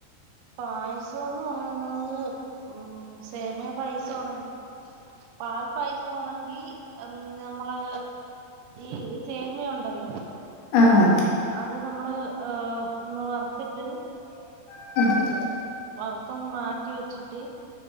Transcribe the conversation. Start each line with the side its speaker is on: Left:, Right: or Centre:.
Right: പായസോന്ന് പറയുന്നത് ഉം സേമിയ പായസോണെങ്കി പാൽ പായസോണെങ്കി ഉം ഞമ്മള് ഈ ഇത് സേമിയോണ്ടല്ലോ
Left: അ ആഹ്
Right: അത് നമ്മള് ആഹ് ഒന്ന് വർത്തിട്ട്
Left: <unintelligible>
Right: വറുത്തൊന്ന് മാറ്റി വെച്ചിട്ട്